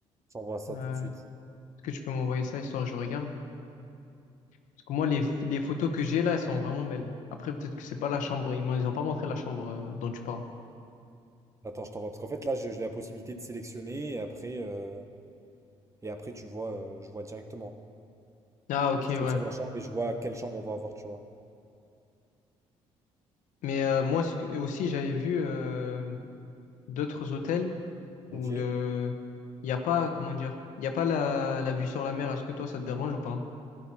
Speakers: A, on the right (about 25°); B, on the left (about 75°).
A: je t'envoie
B: Euh,
A: ça tout de suite.
B: est-ce que tu peux m'envoyer ça, histoire que je regarde? Parce que moi, les, les photos que j'ai là, elles sont vraiment belles. Après, peut-être que c'est pas la chambre. Ils m'ont, ils ont pas montré la chambre euh, dont tu parles.
A: Attends, je t'envoie, parce qu'en fait, là, j'ai j'ai la possibilité de sélectionner et après, euh, et après tu vois, euh, je vois directement.
B: Ah, ok,
A: Faut que je
B: ouais.
A: laisse ma chambre et je vois quelle chambre on va avoir, tu vois.
B: Mais euh, moi ce que- aussi, j'avais vu euh, d'autres hôtels
A: Ok.
B: où le il n'y a pas, comment dire, il n'y a pas la, la vue sur la mer. Est-ce que toi, ça te dérange ou pas?